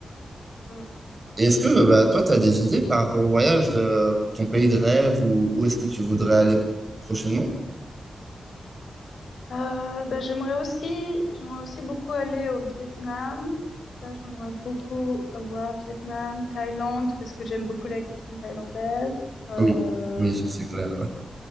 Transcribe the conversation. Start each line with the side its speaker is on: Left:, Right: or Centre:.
Left: Mm.
Right: Et est-ce que, bah, toi, t'as des idées par rapport au voyage de ton pays de rêve ou où est-ce que tu voudrais aller prochainement?
Left: Euh, ben, j'aimerais aussi, j'aimerais aussi beaucoup aller au Vietnam. Ça, j'aimerais beaucoup voir Vietnam, Thaïlande, parce que j'aime beaucoup la cuisine thaïlandaise. Euh,
Right: Oui, oui, c'est clair.